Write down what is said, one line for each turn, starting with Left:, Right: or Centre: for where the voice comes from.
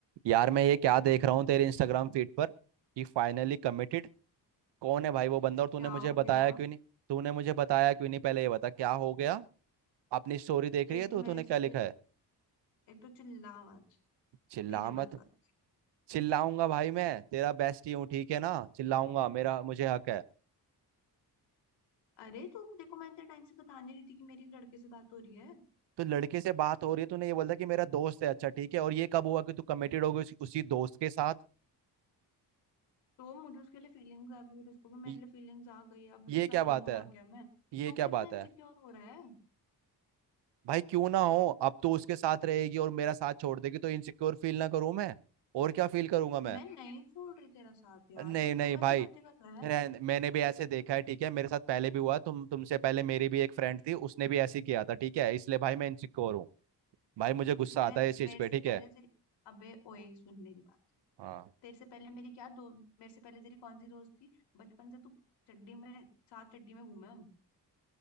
Right: यार मैं ये क्या देख रहा हूँ तेरे इंस्टाग्राम फीड पर कि फाइनली कमिटेड कौन है भाई वो बंदा और तूने
Left: क्या
Right: मुझे
Left: हो
Right: बताया
Left: गया
Right: क्यों नहीं तूने मुझे बताया क्यों नहीं पहले ये बता क्या हो गया अपनी स्टोरी देख
Left: एक
Right: रही है तू
Left: तो मेरे
Right: तूने
Left: से
Right: क्या लिखा है
Left: एक तो चिल्ला मत
Right: चिल्ला
Left: धीरे
Right: मत
Left: बात कर
Right: चिल्लाऊंगा भाई मैं तेरा बेस्ट ही हूँ ठीक है ना चिल्लाऊंगा मेरा मुझे हक है
Left: अरे तुम देखो मैं इतने टाइम से बता नहीं रही थी कि मेरी एक लड़के से बात हो रही है
Right: तो लड़के से बात हो रही है तूने ये बोला कि मेरा दोस्त है अच्छा ठीक है और ये कब हुआ कि तू कमिटेड हो गई उसी, उसी दोस्त के साथ
Left: तो मुझे उसके लिए फीलिंग्स आ गई और उसको भी मेरे
Right: ये
Left: लिए फीलिंग्स आ गई अब उसके
Right: ये
Left: साथ
Right: क्या बात
Left: रहूं ना
Right: है
Left: क्या मैं
Right: ये
Left: तो
Right: क्या
Left: कितना
Right: बात
Left: इनसिक्योर
Right: है
Left: हो रहा है
Right: भाई क्यों ना हो अब तो उसके साथ रहेगी और मेरा साथ छोड़ देगी तो इनसिक्योर फील ना करूं मैं और क्या फील करूंगा मैं
Left: मैं नहीं छोड़ रही तेरा साथ यार
Right: नहीं
Left: तू क्यों
Right: नहीं
Left: ऐसी
Right: भाई
Left: बातें कर रहा है
Right: रहन- मैंने भी ऐसे देखा है ठीक है मेरे साथ पहले भी हुआ तुम तुमसे पहले मेरी भी एक फ्रेंड थी उसने भी ऐसे ही किया था ठीक है इसलिए भाई मैं इनसिक्योर हूँ भाई मुझे गुस्सा
Left: मैं
Right: आता है इस चीज
Left: मेरे से
Right: पे ठीक
Left: पहले
Right: है
Left: तेरी अबे ओए सुन मेरी बात
Right: हाँ
Left: तेरे से पहले मेरी क्या दो मेरे से पहले तेरी कौन सी दोस्त थी बचपन से तू चड्डी में साथ चड्डी में घूमे हम